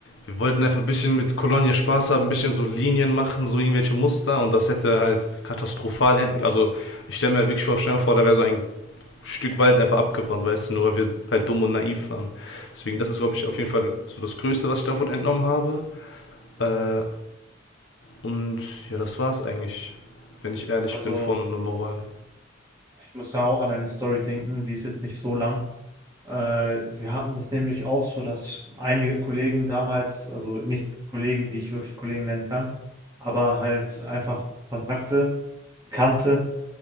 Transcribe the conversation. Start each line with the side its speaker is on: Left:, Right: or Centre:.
Left: wir wollten einfach ein bisschen mit Kolonie Spaß haben, ein bisschen so Linien machen, so irgendwelche Muster und das hätte halt katastrophal enden. Also ich stelle mir halt wirklich vor, stell mir vor, da wäre so ein Stück Wald einfach abgebrannt, weißt du, nur weil wir halt dumm und naiv waren. Deswegen, das ist, glaube ich, auf jeden Fall so das Größte, was ich davon entnommen habe. Äh, und ja, das war's eigentlich, wenn ich ehrlich
Right: Also,
Left: bin, von der Moral.
Right: ich muss ja auch an eine Story denken, die ist jetzt nicht so lang. Äh, wir hatten das nämlich auch so, dass einige Kollegen damals, also nicht Kollegen, die ich wirklich Kollegen nennen kann, aber halt einfach Kontakte, Bekannte,